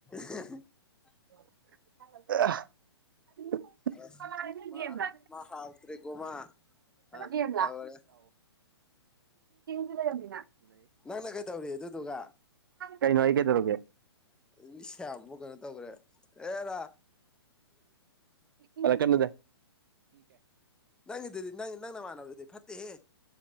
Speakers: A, in the centre; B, on the right.
A: <unintelligible>
B: <unintelligible> ꯦ
A: ꯑꯁ ꯃꯥ
B: ꯌꯦꯦ ꯐꯦ
A: ꯃꯥ ꯍꯥꯎꯇ꯭ꯔꯦꯀꯣ ꯃꯥ ꯑ
B: ꯦꯝ ꯅꯪ
A: ꯇꯧꯔꯦ
B: ꯆ ꯂꯃꯤꯅ
A: ꯅꯪꯅ ꯀꯩꯗꯧꯔꯤ ꯑꯗꯨꯗꯨꯒ
B: ꯀꯩ ꯅꯣꯏꯒꯦꯗꯔꯒꯦ
A: ꯃꯤꯁ ꯌꯥꯝꯕꯨꯛ ꯀꯩꯅꯣ ꯇꯧꯈ꯭ꯔꯦ ꯑꯦꯔꯥ
B: ꯐꯂ ꯀꯗꯀꯦ
A: ꯅꯪꯒꯤꯗꯨꯗꯤ ꯅꯪ ꯅꯪꯅ ꯃꯥꯟꯅꯕꯗꯨꯗꯤ ꯐꯠꯇꯦꯍꯦ